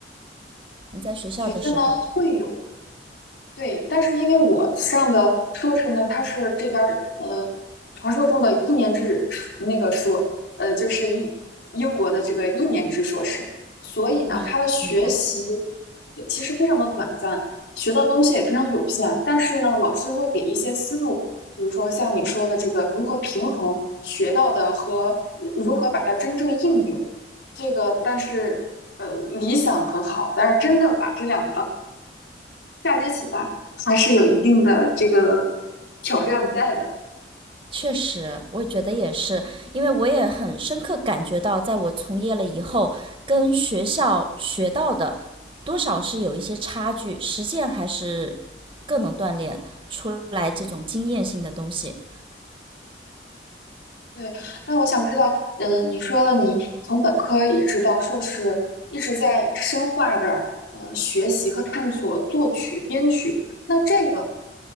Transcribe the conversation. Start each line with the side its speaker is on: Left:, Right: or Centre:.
Right: 你在学校的时候
Left: 学校呢会有对，但是因为我上的硕士呢，它是这边儿呃传说中的一年制那个硕，呃，就是英英国的这个一年制硕士，所以呢，
Right: 啊，
Left: 他的学习
Right: 明白。
Left: 其实非常的短暂，学到东西也非常有限。但是呢，老师会给一些思路，比如说像你说的这个如何平衡学到的和呃如何把它真正应用，这个但是呃理想很好，但是真的把这两个。嫁接起来还是有一定的这个挑战在的。
Right: 确实，我觉得也是，因为我也很深刻感觉到，在我从业了以后，跟学校学到的多少是有一些差距，实践还是更能锻炼出来这种经验性的东西。
Left: 对，那我想知道，嗯，你说了你从本科一直到硕士，一直在深化的呃学习和探索作曲、编曲，那这个，